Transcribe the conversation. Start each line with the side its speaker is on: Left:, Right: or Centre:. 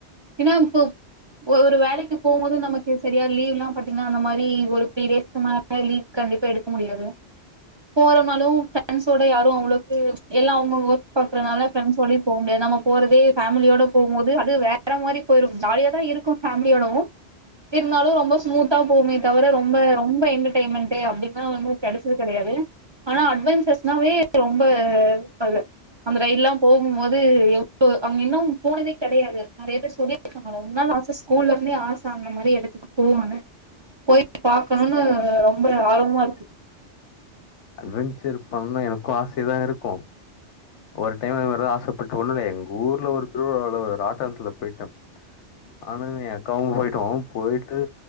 Right: ச்ச் ஏன்னா இப்ப ஒரு வேலைக் போம்போது நமக்கு செரியா லீவ்ல்லா பாத்தீங்ன்னா அந்த மாரி ஒரு த்ரீ டேஸ்க்கு மேலே லீவ் கண்டிப்பா எடுக்க முடியாது போறம்னாலு ஃப்ரெண்ஸோட யாரு அவ்ளோக்கு ச்ச் எல்லா அவ்ங்கவ் ஒர்க் பாக்றனால ஃப்ரெண்ஸோட்யு போ முடியாது நம்ம போற து ஃபேமிலியோட போம்போது அது வே ற மாரி போய்ரு ஜாலியா தா இருக்கு ஃபேம்லியோடூ இருந்தாலு ரொம்ப ஸ்மூத் தா போவ்மே தவிர ரொம்ப ரொம்ப என்டர்டெய்ன்மெண்ட்டு அப்டின்னா வந்து கெடச்சது கெடயாது ஆனா அட்வென்சஸ் நாவே ரொ ரொம்ப அதுல அந்த ரயில்லா போகும் போது எவ்ளோ அவுங்க இன்னு போனதே கிடையாது நறைய பேர் சொல்லிருக்காங்க ரொம்ப நாள் ஆசிஸ் ஸ்கூல்ல இருந்தே ஆசங்கனு மாரி எடுத்துக்கோ போனே போயிட் பாக்கணும்னு ரொம்ப ஆர்வமா இருக்கு
Left: அட்வெஞ்சர் பண்ண எனக்கோ ஆசையாதா இருக்கோ ஒரு டைம் அதுதா ஆசைப்பட்டோண்ணு வெய் எங்க ஊர்ல ஒரு திருவிழாவல ஒரு ராட்டனத்துல போயிட்ட நானும் என் அக்காவு போயிட்டோ போயிட்டு